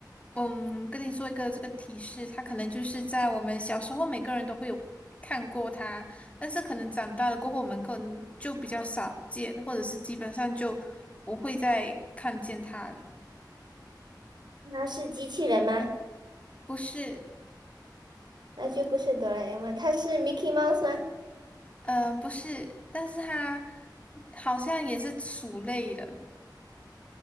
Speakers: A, on the left; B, on the right.
A: 嗯，跟你说一个这个提示，它可能就是在我们小时候每个人都会有看过它，但是可能长大了过后，我们可能就比较少见，或者是基本上就不会再看见它了。
B: 那是机器人吗？
A: 不是，
B: 那就不是哆啦 A 梦，它是 Mickey Mouse 吗？
A: 嗯，不是，但是它好像也是鼠类的，